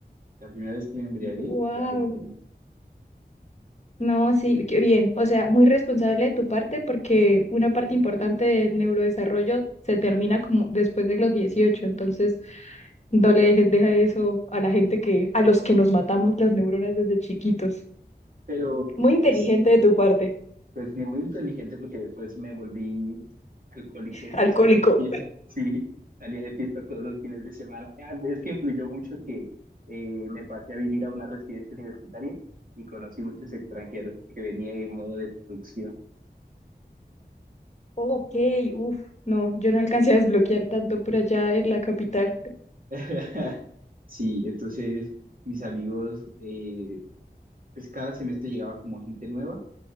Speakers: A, on the right; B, on the left.
A: la primera vez que me embriagué
B: Wow.
A: fue a los veinte
B: No, sí, qué bien. O sea, muy responsable de tu parte porque una parte importante del neurodesarrollo se termina como después de los 18. Entonces, no le dejes, deja eso a la gente que, a los que nos matamos las neuronas desde chiquitos.
A: pero
B: Muy inteligente
A: pues
B: de tu parte.
A: Pues ni muy inteligente porque después me volví alcohólico,
B: alcohólico.
A: salía de fiesta, <laughs> sí, salía de fiesta todos los fines de semana. Ah, es que influyó mucho que eh, me pasé a vivir a una residencia universitaria y conocí muchos extranjeros que venían en modo destrucción.
B: Ok, uff, no, yo no alcancé a desbloquear tanto por allá en la capital.
A: <laughs> Sí, entonces mis amigos, eh, pues cada semestre llegaba como gente nueva.